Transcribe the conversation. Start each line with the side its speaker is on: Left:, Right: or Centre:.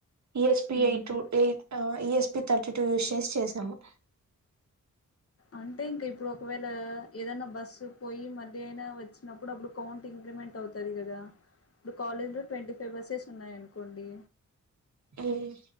Right: ఈఎస్పి
Left: ఉమ్
Right: ఎయిటు ఎయి ఈఎస్పి థర్టీ టూ యూజ్ చేసి చేసాము <inaudible>
Left: అంటే ఇంకా ఇప్పుడు ఒకవేళ ఏదైనా బస్సు పోయి మళ్ళీ అయినా వచ్చినప్పుడు అప్పుడు కౌంటింగ్ కౌంట్ అవుతది కదా ఇప్పుడు కాలేజ్ లో ట్వంటీ ఫైవ్ బసెస్ ఉన్నాయనుకోండి
Right: ఉమ్